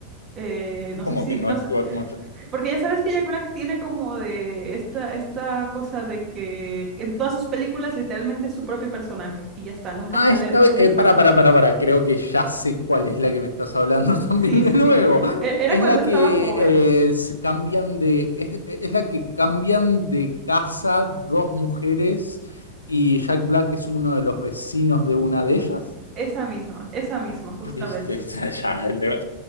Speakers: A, on the right; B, on the left.
A: Eh, no sé
B: Como
A: si,
B: que no
A: no
B: actúa
A: sé,
B: como
A: porque ya sabes que Jack Black tiene como de esta, esta cosa de que en todas sus películas literalmente es su propio personaje y ya está, nunca
B: Ah,
A: sale,
B: esta
A: nunca,
B: vez, eh,
A: es-
B: para,
A: ajá,
B: para, para, para, creo que ya sé cuál es la que me estás hablando <laughs> también
A: sí, sí,
B: de nuevo.
A: sí. E- Era
B: Es
A: cuando
B: la
A: estaba
B: que
A: joven,
B: eh, se cambian de, es, es la que cambian de casa dos mujeres y Jack Black es uno de los vecinos de una de ellas.
A: esa misma, esa misma, justamente.
B: Viste, <laughs> ya, ya,